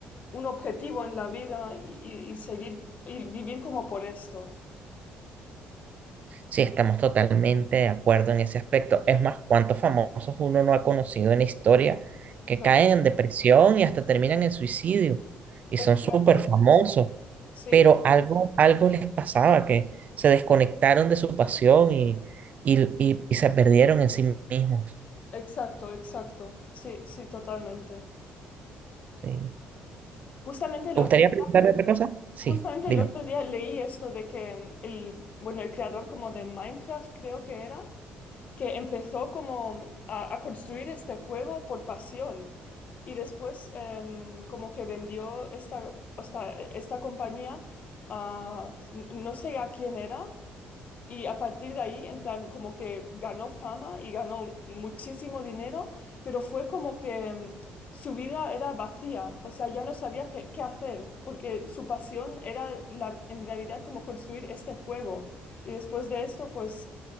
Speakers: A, on the left; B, on the right.
A: un objetivo en la vida y, y- y seguir y vivir como por esto.
B: Sí, estamos totalmente de acuerdo en ese aspecto. Es más, ¿cuántos famosos uno no ha conocido en la historia que
A: Claro.
B: caen en depresión y hasta terminan en suicidio? Y son
A: Exacto,
B: súper famosos.
A: sí,
B: pero algo, algo les pasaba, que se desconectaron de su pasión y, y- y- y se perdieron en sí mismos.
A: exacto, exacto, sí, sí, totalmente.
B: sí.
A: Justamente el
B: ¿Te
A: otro,
B: gustaría preguntar otra cosa? Sí,
A: justamente
B: dime.
A: el otro día leí esto de que mm, el, bueno, el creador como de Minecraft creo que era, que empezó como mm, a, a construir este juego por pasión y después em, como que vendió esta, esta, esta compañía a, no sé a quién era, y a partir de ahí, en plan, como que ganó fama y ganó muchísimo dinero, pero fue como que mm, su vida era vacía, o sea, ya no sabía qué, qué hacer, porque su pasión era la- en realidad como construir este juego. Y después de esto, pues